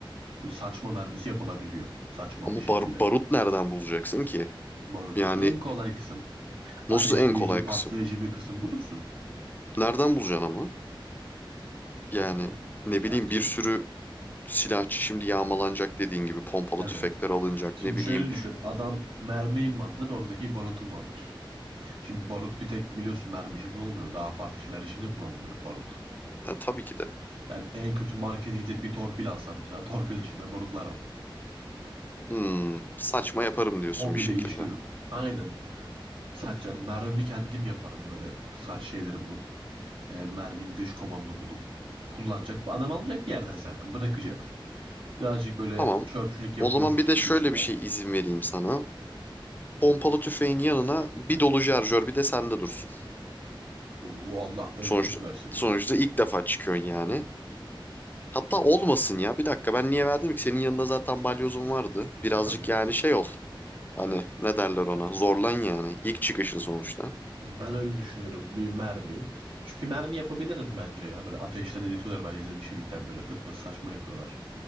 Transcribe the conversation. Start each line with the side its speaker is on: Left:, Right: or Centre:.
Right: Böyle saçma mermisi yapılabiliyor. Saçma
Left: Ama
Right: bir şekilde.
Left: bar- barut nereden bulacaksın ki?
Right: Barut
Left: Yani
Right: en kolay kısım. Ateşleyici,
Left: nasıl en kolay
Right: patlayıcı
Left: kısım?
Right: bir kısım bulursun.
Left: Nereden bulacaksın ama? Yani
Right: Yani illa
Left: ne bileyim
Right: ki
Left: bir sürü silahçı şimdi yağmalanacak dediğin gibi pompalı
Right: evet.
Left: tüfekler alınacak
Right: Şimdi
Left: ne bileyim.
Right: şöyle düşün. Adam mermiyi mi alır, oradaki barutu mu alır? Şimdi barut bir tek biliyorsun mermi için kullanılmıyor. Daha farklı şeyler için de kullanılıyor barut.
Left: E, tabii ki de.
Right: Yani en kötü markete gidip bir torpil alsam mesela torpilin içinde barutlar var.
Left: Hmm, saçma yaparım diyorsun
Right: O
Left: bir
Right: bile
Left: şekilde.
Right: iş görür. Aynen. Saç yani mermi kendim yaparım böyle saç şeyleri bulup. E, merminin dış kovanını bulup kullanacak. Adam almayacak ki yerden zaten bırakacak. Birazcık böyle
Left: Tamam.
Right: çöpçülük yapıyormuş
Left: O zaman bir de
Right: gibisinden.
Left: şöyle bir şey izin vereyim sana. Pompalı tüfeğin yanına bir dolu şarjör bir de sende dursun.
Right: Oo, Allah bereket
Left: Sonuçta
Right: versin.
Left: sonuçta ilk defa çıkıyorsun yani. Hatta olmasın ya. Bir dakika ben niye verdim ki? Senin yanında zaten balyozun vardı. Birazcık
Right: Tabii.
Left: yani şey ol. Hani ne derler ona? Zorlan yani. İlk çıkışın sonuçta.
Right: Yani Ben öyle düşünüyorum. Bir mermi. Çünkü mermi yapabilirim bence ya. Böyle ateşten eritiyorlar. Ben izledim çelikten böyle pıt pıt saçma yapıyorlar.